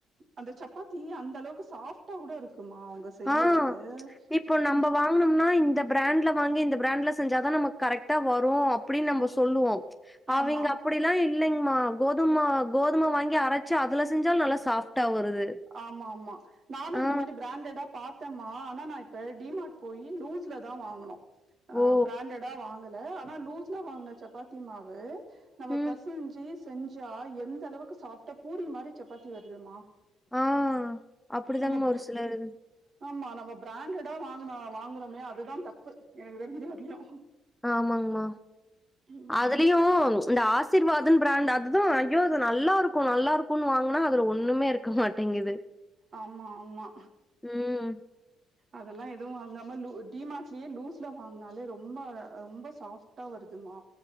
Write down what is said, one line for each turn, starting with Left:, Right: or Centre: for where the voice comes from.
Right: அந்த சப்பாத்தி அந்த அளவுக்கு சாஃப்டா கூட இருக்குமா செய்யறது
Centre: ஆ இப்போ
Right: உம்
Centre: <unintelligible> இந்த பிராண்ட்ல வாங்கி இந்த பிராண்ட்ல செஞ்சாதான் நமக்கு கரெக்டா வரு அப்டினு நாம சொல்லுவோம் அவிங்க
Right: ஆமா
Centre: அப்படியெல்லா இல் இல்லைங்கமா கோதும கோதும வாங்கி அரச்சு அதுல செஞ்சாலு நல்லா சாஃப்டா வருது
Right: ஆமா ஆமா நானு
Centre: ஆ.
Right: இந்த மாரி பிராண்டடா பா த்தமா ஆனா நா இப்ப டி மார்ட் போய் லூஸ்ல தா வாங்குனோ அ
Centre: ஓ!
Right: பிராண்டடா வாங் கல ஆனா லூஸ்ல வாங்குன சப்பாத்தி மாவு நாம
Centre: ம்.
Right: பெசஞ்சு செஞ்சா எந்த அளவுக்கு சாஃப்டா பூரி மாறி சப்பாத்தி வருதுமா
Centre: ஆஹ் அப்டிதாங்ம்மா
Right: நம்ம பிர
Centre: ஒரு சிலரு
Right: ஆமா நம்ம ப்ராண்டடா வாங்குனா வாங்குறோமே அதுதா தப்பு எனக்கு தெரிஞ்சு இதே அதிகோ
Centre: ஆமாங்கமா
Right: ம்
Centre: அதுலயு இந்த ஆசீர்வாதுனா பிராண்ட் அதுதா ஐயோ அது நல்லா இருக்கு நல்லா இருக்குன்னு வாங்குனா அதுல ஒண்ணுமே இருக்க மாட்டேங்குது
Right: ஆமா ஆமா
Centre: ம்.
Right: அதெல்லா எதுவு வாங்காம லு டி மாட்லயே லூஸ்ல வாங்குனாலே ரொம்ப ரொம்ப சாஃப்டா வருதுமா